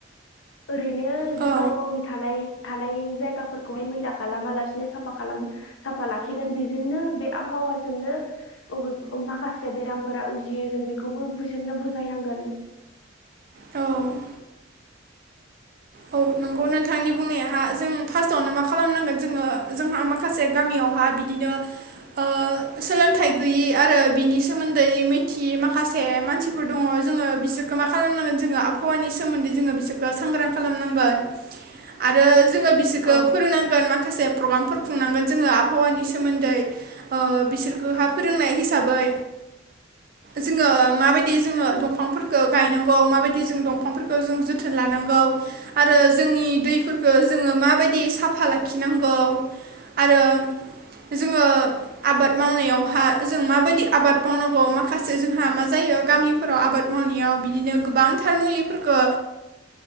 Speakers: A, on the left; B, on the right.
A: ओरैनो
B: औ
A: जो गाव-गावनि थानाय। थानाय जायगाफोरखौहाय मैला खालामा लासिनो साफा खालाम साफा लाखिगोन बेजोंनो बे आबहावाजोंनोे माखासे। खासे बेरामफोरा उजियो जों बेखौबो बिसोरनो बुजायनांगोन।
B: औ औ नंगौ नोंथांनि बुंनायाहा जों फार्स्टआवनो मा खालामनांगोन जोङो जोंहा माखासे गामियावहा बिदिनो ओ सोलोंथाइ गैयि आरो बिनि सोमोन्दै मिथियै माखासे मानसिफोर दङ जोङो बिसोरखो मा खालामनांगोन जोङो आबहावानि सोमोन्दै जोङो बिसोरखो सांग्रां। खालामनांगोन आरो। जोङो बिसोरखौ
A: औ
B: फोरोंनांगोन माखासे प्रग्रामफोर खुंनांगोन जोङो आबहावानि सोमोन्दै बिसोरखौहा फोरोंनाय हिसाबै जोङो माबायदि जोङो दंफांफोरखौ गायनांगौ माबायदि जों दंफांफोरखौ जों जोथोन लानांगौ आरो जोंनि दैफोरखौो जोङो माबायदि साफा लाखिनांगौ आरो जोङो आबाद मावनायावहा जों माबायदि आबाद मावनांगौ माखासे जोंहा मा जायो गामिफोराव आबाद मावनायाव बिदिनो गोबांथार मुलिफोरखौ